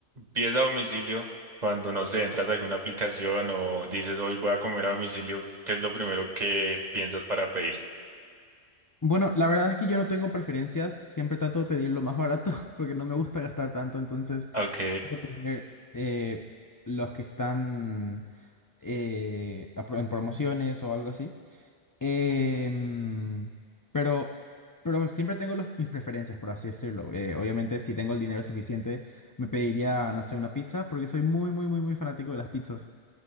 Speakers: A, on the right; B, on the left.
A: pides a domicilio, cuando no sé, entras a alguna aplicación o dices hoy voy a comer a domicilio, ¿qué es lo primero que piensas para pedir?
B: Bueno, la verdad es que yo no tengo preferencias, siempre trato de pedir lo más barato <laughs> porque no me gusta gastar tanto, entonces
A: Ok,
B: suelo comer, eh, los que están eh, a pro- en promociones o algo así. Em, pero, pero siempre tengo los- mis preferencias, por así decirlo. Eh, obviamente, si tengo el dinero suficiente, me pediría, no sé, una pizza, porque soy muy, muy, muy, muy fanático de las pizzas.